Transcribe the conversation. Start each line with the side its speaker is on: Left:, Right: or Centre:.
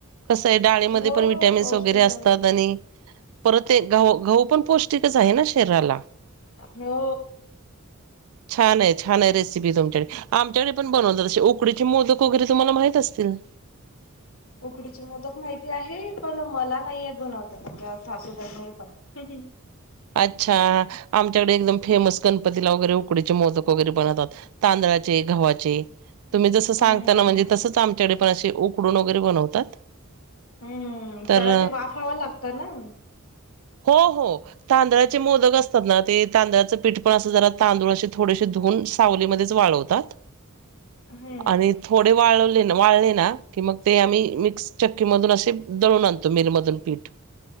Right: कसंय डाळेमध्ये
Left: हो
Right: पण विटॅमिन्स
Left: पौष्टिक
Right: वगैरे असतात.
Left: आहे
Right: आणि, परत ते घ - गहू पण पौष्टिकच आहे ना शरीराला.
Left: हो.
Right: छान आहे, छान आहे रेसिपी तुमच्याकडे. आमच्याकडे पण बनवतात, असे उकडीचे मोदक वगैरे तुम्हाला माहित असतील.
Left: उकडीची मोदक माहिती आहे. पण मला नाही बनवता येत, माझ्या सासूबाईना येतात. <unintelligible>
Right: अच्छा, आमच्याकडे एकदम फेमस गणपतीला वगैरे, उकडीचे मोदक वगैरे बनवतात. तांदळाचे, घव्हाचे. तुम्ही जसं सांगताना
Left: हम्म
Right: म्हणजे, तसंच आमच्याकडे पण असे उकडून वगैरे बनवतात.
Left: हम्म..
Right: तर
Left: त्याला ते वाफाव लागतं ना,
Right: हो. हो. तांदळाचे मोदक असतात ना, ते तांदळाचं पीठ पण असं जरा तांदूळ असे थोडेसेे धुवून. सावलीमध्येच वाळवतात,
Left: हम्म
Right: आणि थोडे वाळवले वाळले ना, की मग ते आम्ही मिक्स चक्की मधून असे, दळून आणतो मिल मधून पीठ.